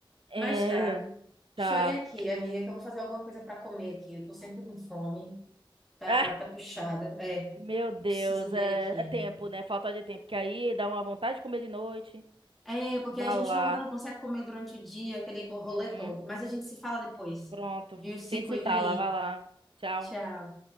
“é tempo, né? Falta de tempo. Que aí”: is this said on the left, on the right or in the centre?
Right